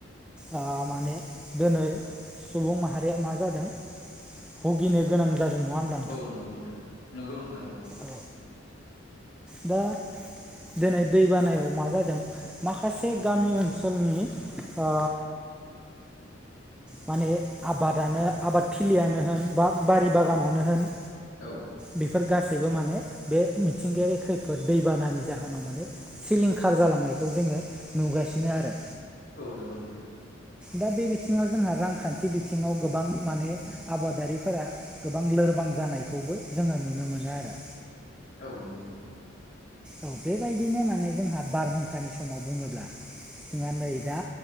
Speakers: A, in the centre; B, on the left.
A: ओ माने दिनै सुबुं माहारिया मा जादों। भुगिनो गोनां जादों नङा होमब्ला।
B: औ नंगौ नोंथां नंगौ नोंथां नोंगौ।
A: औ दा। दोनै दैबानायाव मा जादों माखासे गामि ओनसोलनि ओ माने आबादानो आबाद थिलियानो होन बा बारि बागानानो होन
B: औ।
A: बेफोर गासैबो माने बे मिथिंगायारि खैफोद दैबानानि जाहोनाव माने। सिलिंखार जालांनायखौ जोङो नुगासिनो आरो।
B: औ नोंगौ नोंथां।
A: दा बे बिथिङाव जोंहा रांखान्थि बिथिङाव गोबां माने आबादारिफोरा गोबां लोरबां जानायखौबो जोङो नुनो मोनो आरो।
B: औ नंगौ नोंथां।
A: औ बेबायदिनो माने जोंहा बारहुंखानि समाव बुङोब्ला जोंहा नै दा।